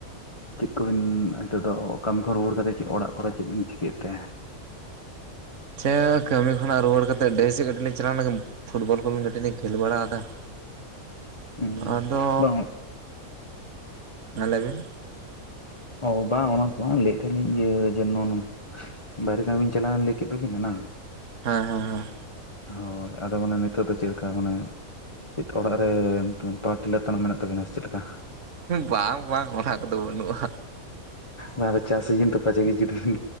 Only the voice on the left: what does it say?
ᱪᱤᱫ ᱠᱚᱵᱤᱱ ᱦᱤᱛᱚᱜ ᱫᱚ ᱠᱟᱹᱢᱤ ᱠᱷᱚᱱ ᱨᱩᱣᱟᱹᱲ ᱠᱟᱛᱮᱜ ᱪᱮᱜ ᱚᱲᱟᱜ ᱠᱚᱨᱮ ᱪᱮᱜᱵᱤᱱ ᱪᱤᱠᱟᱹᱭᱮᱫ ᱛᱮ?
<unintelligible>
ᱵᱟᱝ
ᱚ ᱵᱟᱝ ᱚᱱᱟ ᱫᱚ ᱵᱟᱝ ᱞᱮᱭᱮᱜ ᱛᱮᱦᱮᱜ ᱞᱤᱧ ᱤᱭᱟᱹ ᱡᱮ ᱱᱚ-ᱱᱚ ᱵᱟᱭᱨᱮ ᱠᱟᱹᱢᱤ ᱵᱤᱱ ᱪᱟᱞᱟᱣᱮᱱ ᱞᱟᱹᱭ ᱠᱮᱜ ᱫᱚᱵᱤᱱ ᱮᱱᱟᱱ
ᱦᱳᱭ, ᱟᱫᱚ ᱢᱟᱱᱮ ᱱᱤᱛᱚᱜ ᱫᱚ ᱪᱮᱫᱠᱟ ᱢᱟᱱᱮ ᱪᱮᱜᱠᱟ ᱚᱲᱟᱜ ᱨᱮ ᱯᱟᱣᱟᱨ ᱴᱤᱞᱟᱹᱨ ᱛᱟᱱᱟᱜ ᱢᱮᱱᱟᱜ ᱛᱟᱵᱤᱱᱟ ᱪᱮᱫ ᱞᱮᱠᱟ?
ᱵᱟᱝ ᱟᱫᱚ ᱪᱟᱥ ᱥᱤᱡᱤᱱ ᱛᱚ ᱯᱟᱪᱮ ᱜᱮ ᱡᱩᱫᱤᱵᱤᱱ